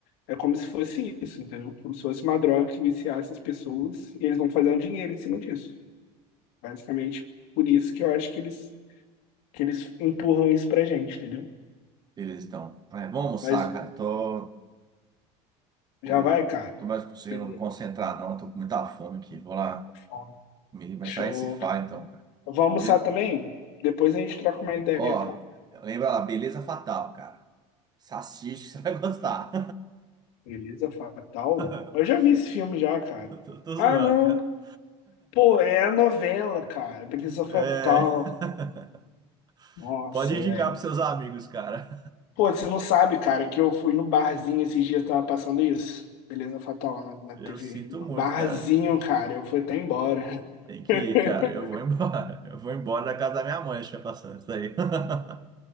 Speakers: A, on the left; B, on the right.
A: É como se fosse isso, entendeu? Como se fosse uma droga que viciasse as pessoas e eles vão fazer um dinheiro em cima disso. Basicamente, por isso que eu acho que eles, que eles empurram isso pra gente, entendeu?
B: Beleza, então. É, vamos almoçar,
A: Mas
B: cara. Tô,
A: já
B: Tô,
A: vai, cara.
B: tô mais conseguindo
A: Beleza,
B: concentrar, não. Tô com muita fome aqui. Vou lá
A: com fome.
B: comer, mas
A: Show.
B: sai se faz então, cara.
A: Vamos Vou almoçar
B: Beleza?
A: também? Depois a gente troca uma ideia,
B: Ó,
A: pô.
B: lembra lá, beleza fatal, cara. Salsicha, você vai gostar.
A: Beleza Fatal?
B: <laughs>
A: Eu já vi esse filme já, cara.
B: Tô, tô zoando,
A: Ah, não.
B: cara.
A: Pô, é a novela, cara. Beleza Fatal.
B: É... <laughs>
A: Nossa,
B: Pode indicar
A: velho.
B: pros seus amigos, cara.
A: Pô, você não sabe, cara, que eu fui no barzinho esses dias, tava passando isso. Beleza Fatal na, na
B: Eu
A: TV.
B: sinto
A: No
B: muito,
A: barzinho,
B: cara.
A: cara. Eu fui até embora.
B: Tem que
A: <laughs>
B: ir, cara. Eu vou embora. <laughs> Eu vou embora da casa da minha mãe, deixa passando isso aí. <laughs>